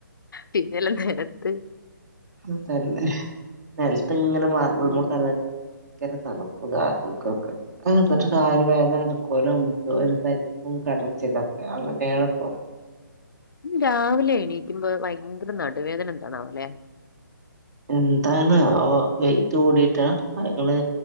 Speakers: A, on the left (about 75°); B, on the right (about 55°).
A: പിന്നെയല്ലേ നിലത്ത്.
B: അതന്നെ നിലത്ത് ഇങ്ങനെ മാർബിൾമേ
A: ഉം
B: കി ഭയങ്കര തണുപ്പ് കാല്ക്കൊക്കെ ത കാല് വേദന എടുക്കുവലോ? മുട്ട് വേദന ഉം കടച്ചിലൊക്കെ ആണ് എളുപ്പം.
A: രാവിലെ എണീക്കുമ്പോ ഭയങ്കര നാടു വേദന എന്താണാവല്ലെ?.
B: എന്താണ് അവോ വെയ്റ്റ് കൂടിട്ടാ അങ്ങള്